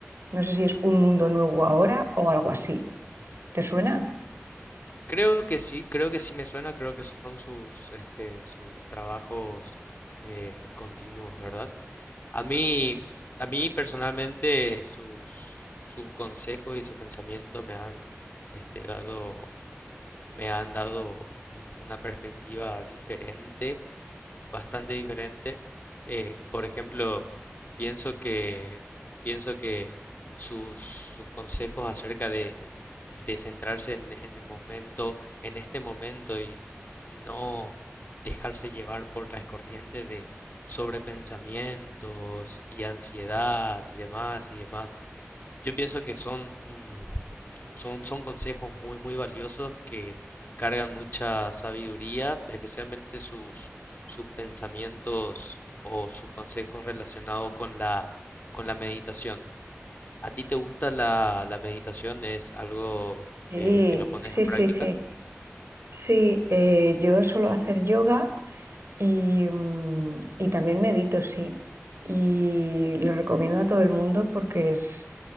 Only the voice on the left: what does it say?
Creo que sí, creo que sí me suena, creo que son sus, este, sus trabajos eh, continuos, ¿verdad? A mí, a mí personalmente sus, sus consejos y su pensamiento me han, este, dado, me han dado un- una perspectiva diferente bastante diferente. Eh, por ejemplo, pienso que, pienso que sus, sus consejos acerca de, de centrarse en, en el momento, en este momento y no dejarse llevar por las corrientes de sobrepensamientos y ansiedad y demás y demás. Yo pienso que son, mm, son, son consejos muy, muy valiosos que cargan mucha sabiduría, especialmente sus, sus pensamientos o sus consejos relacionados con la, con la meditación. ¿A ti te gusta la, la meditación? ¿Es algo
que, que lo pones
en práctica?